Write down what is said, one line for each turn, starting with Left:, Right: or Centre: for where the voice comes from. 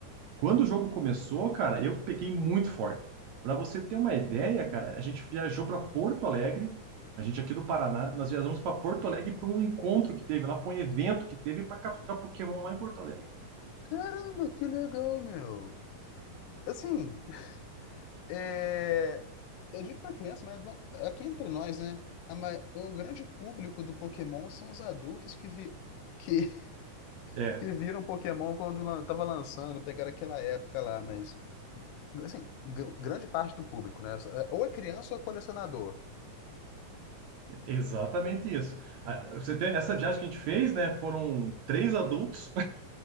Right: Quando o jogo começou, cara, eu peguei muito forte. Pra você ter uma ideia, cara, a gente viajou pra Porto Alegre, a gente aqui do Paraná, nós viajamos pra Porto Alegre pra um encontro que teve lá, pra um evento que teve pra capturar Pokémon lá em Porto Alegre.
Left: caramba, que legal, meu. Assim, é... eu digo pra criança, mas bom, aqui entre nós, né? a ma- O grande público do Pokémon são os adultos que, vi... que
Right: É,
Left: que viram Pokémon quando lan- tava lançando, pegaram aquela época lá, mas assim, gr- grande parte do público, né? É, Ou é criança ou é colecionador,
Right: exatamente isso. Ah, Você tem essa viagem que a gente fez, né? Foram três adultos